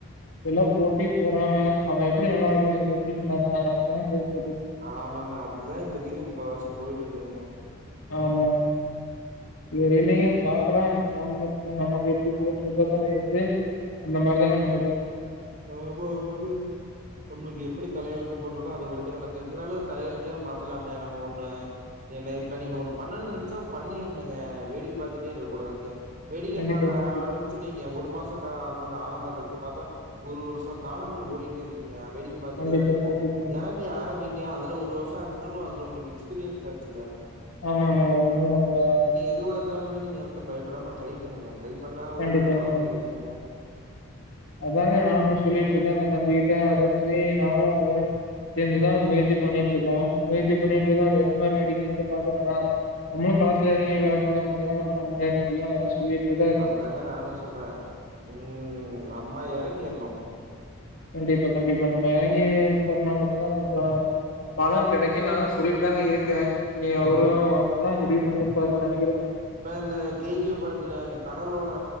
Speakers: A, on the left; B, on the right.
A: எல்லா போட்டி பொறாம அவன் எப்டி நல்லா இருக்குலா இவன் எப்டி நல்லா இருக்குலா அந்த மாதிரிதாங்க போயிட் இருக்கு
B: ஆமாங்க அதுதா இப்பத்திக்கு முக்காவாசி போயிட் இருக்குதுங்க
A: ஆமாங்க இல்லிங்க பாக்கலா நம் நமக்கு எப்டி போட்டு இருக்கோ தல எழுத்து அந்த மாரிதாங்க நடக்கு
B: ஆமா ஆமாங்க நம்மளுக்கு எப்டி தலயெழுத்து போட்டிருக்கோ அதுபடித்தா நடக்கு இருந்தாலு தலையழுத்தவே மாத்தலாங்க நம்ம ஒண்ணு ஏண்ணே இப்ப நீங்க ஒண்ணு பண்ணும்னு நெனைச்சா பண்ணிருனுங்க வேடிக்க பாத்துட்டே இருக்கக் கூடாதுங்க வெடிக்க
A: கண்டிப்பாங்க,
B: பாக்க
A: கண்டிப்பா,
B: ஆரம்பிச்சுட்டீங்க ஒரு மாச காலோ ஆகு ஆன மாரி இருக்கு பாத்தா ஒரு வருஷம் காலங்கள் ஓடிட்டே இருக்குங்க வேடிக்க பாத்திட்டே
A: கண்டிப்பாங்க,
B: தா இருப்போ
A: கண்டிப்பாங்க.
B: இறங் கி ஆரம்பிங்க அதுல ஒரு வருஷம் ஆச்சனாலும் அது உங்களுக்கு எக்ஸ்பீரியன்ஸ் ஆச்சல்ல
A: ஆமா ஆமா உண்மதா உண்மதா
B: எதுவா இருந்தாலுமே நீங்க வந்து பயப்படாம ட்ரை பண்ணுங்க ட்ரை பண்ணா ஒரு
A: கண்டிப்பாங்க,
B: பலன் கிடைக்குங்க
A: அதானங்க நானு சொல்லிட்டு இருக்கேன் அந்த தம்பிக்கிட்ட அதே மாரி நானு அவரு சேந்துதா முயற்சி பண்ணிட்டு இருக்கோ முயற்சி பண்ணிட்டு இருந்தா வெறும்மா வேடிக்கா மட்டு பாக்க வேணா நம்ளு களத்துல இறங்கி வேல செஞ்ச மட்டு தா நமள முன்னேற முடியும் அதல்லா சொல்லி இருந்த
B: அதாங்க நானு சொல்றே ம் நம்ம இறங்கிறணு
A: கண்டிப்பா கண்டிப்பா நம்ம இறங்கி போனா மட்டுதா நம்ம பா பலன் கிடைக்கு நா சொல்லிட்டு தாங்க இருக்கே நீ அவரு
B: ம்
A: அதா முடிவு பண்ணிருப்பாருன்னு நினைக்கிறே
B: இப்ப இந்த கே ஜி எப் படத்துல இந்த கடலோட